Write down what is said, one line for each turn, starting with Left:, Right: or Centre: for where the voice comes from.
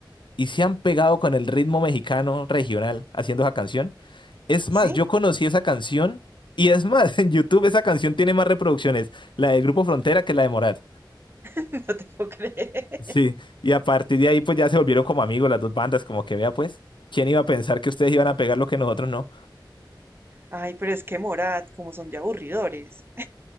Left: Y se han pegado con el ritmo mexicano regional haciendo esa canción. Es
Right: ¿Sí?
Left: más, yo conocí esa canción y es más, <laughs> en YouTube esa canción tiene más reproducciones, la del Grupo Frontera que la de Morat.
Right: <laughs> No te puedo creer.
Left: Sí, y a partir de ahí pues ya se volvieron como amigos las dos bandas, como que vea pues, ¿quién iba a pensar que ustedes iban a pegar lo que nosotros no?
Right: Ay, pero es que Morat, como son de aburridores.